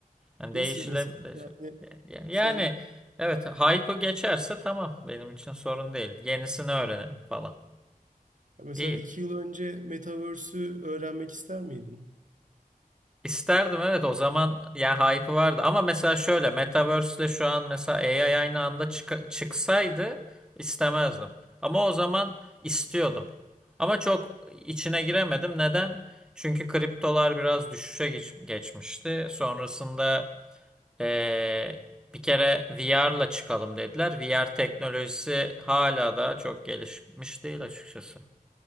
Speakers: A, in the centre; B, on the right.
A: Yani
B: nasıl
A: değişilebilir.
B: mesela yani
A: Yani
B: sen
A: evet hype'ı geçerse tamam benim için sorun değil. Yenisini öğrenelim falan.
B: Ya Mesela
A: İyi.
B: iki yıl önce Metaverse'ü öğrenmek ister miydin?
A: İsterdim evet o zaman ya hype'ı vardı ama mesela şöyle Metaverse'le şu an mesela AI aynı anda çık çıksaydı istemezdim. Ama o zaman istiyordum. Ama çok içine giremedim. Neden? Çünkü kriptolar biraz düşüşe geç- geçmişti. Sonrasında Ee, bir kere VR'la çıkalım dediler. VR teknolojisi hala da çok gelişmiş değil açıkçası.